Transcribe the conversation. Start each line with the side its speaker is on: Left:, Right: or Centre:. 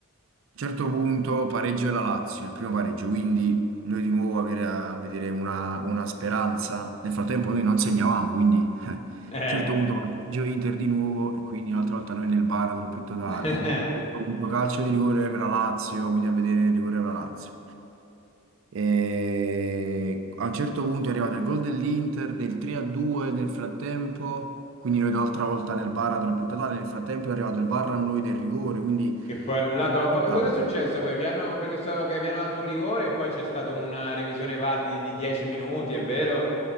Right: un certo punto pareggio della Lazio, il primo pareggio, quindi noi di nuovo avere- a vedere una, una speranza. Nel frattempo noi non segnavamo, quindi... eh.
Left: Eh.
Right: A un certo punto vantaggio Inter di nuovo e quindi un'altra volta noi nel baratro più totale.
Left: <laughs>
Right: A un certo punto calcio di rigore per la Lazio, quindi a vedere il rigore per la Lazio. E a un certo punto è arrivato il gol dell'Inter del 3-2 nel frattempo, quindi noi un'altra volta nel baratro più totale, nel frattempo è arrivato il VAR a noi del rigore, quindi
Left: Che poi è annullato.
Right: rigore
Left: Ma
Right: annullato.
Left: poi cosa è successo poi? Vi hanno- perché so che vi hanno dato un rigore e poi c'è stata una revisione VAR di, di 10 minuti, è vero?